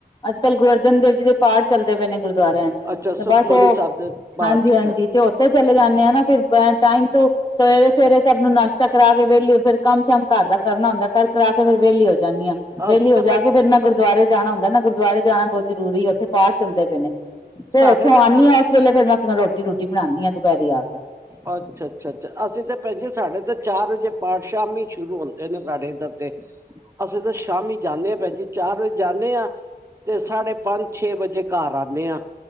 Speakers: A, on the left; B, on the right.
A: ਅੱਜ- ਕੱਲ ਗੁਰੂ ਅਰਜਨ ਦੇਵ ਜੀ ਦੇ ਪਾਠ ਚੱਲਦੇ ਪਏ ਨੇ ਗੁਰਦੁਆਰਿਆਂ ਚ
B: ਅੱਛਾ
A: ਤੇ
B: ਸੁਖਮਨੀ
A: ਬਸ ਉਹ
B: ਸਾਹਿਬ ਦੇ ਪਾਠ।
A: ਹਾਂਜੀ।
B: ਚ
A: ਤੇ ਉੱਥੇ ਚਲੇ ਜਾਂਦੇ ਆ ਨਾ ਫਿਰ ਟਾਈਮ ਤੋਂ ਸਵੇਰੇ- ਸਵੇਰੇ ਸਭ ਨੂੰ ਨਾਸ਼ਤਾ ਕਰਾ ਕੇ ਵੈਲੇ ਫਿਰ ਕੰਮ- ਸ਼ਮ ਘਰ ਦਾ ਕਰਨਾ ਹੁੰਦਾ ਕਰ ਕਰਾ ਕੇ ਫਿਰ ਵਿਹਲੀ ਹੋ ਜਾਂਦੀ ਆ, ਵੇਹਲੀ
B: ਅਸੀਂ
A: ਹੋ
B: ਤੇ
A: ਜਾ
B: ਭੈ
A: ਕੇ ਫਿਰ ਮੈਂ ਗੁਰਦੁਆਰੇ ਜਾਣਾ ਹੁੰਦਾ ਨਾ ਗੁਰ ਦੁਆਰੇ ਜਾਣਾ ਬਹੁਤ ਜ਼ਰੂਰੀ ਏ, ਉੱਥੇ ਪਾਠ ਚੱਲਦੇ ਪਏ ਨੇ। ਫੇਰ
B: ਸਾਡੇ
A: ਉੱਥੋਂ
B: ਤੇ ਇੱਧਰ
A: ਆਂਨੀ ਆ ਏਸ ਵੇਲੇ ਫਿਰ ਮੈਂ ਰੋਟੀ- ਰੁਟੀ ਬਣਾਦੀ ਹਾਂ ਦੁਪਹਿਰੇ ਆ ਕੇ।
B: ਅੱਛਾ-ਅੱਛਾ-ਅੱਛਾ, ਅਸੀਂ ਤਾਂ ਭੈਂਜੀ ਸਾਡੇ ਤੇ ਚਾਰ ਵਜੇ ਪਾਠ ਸ਼ਾਮ ਹੀ ਸ਼ੁਰੂ ਹੁੰਦੇ ਨੇ ਸਾਡੇ ਇੱਧਰ ਤੇ। ਅਸੀਂ ਤੇ ਸ਼ਾਮੀ ਜਾਂਦੇ ਹਾਂ ਭੈਣ ਜਜੀ ਚਾਰ ਵਜੇ ਜਾਂਦੇ ਹਾਂ, ਤੇ ਸਾਢੇ ਪੰਜ ਛੇ ਵਜੇ ਘਰ ਆਂਦੇ ਹਾਂ।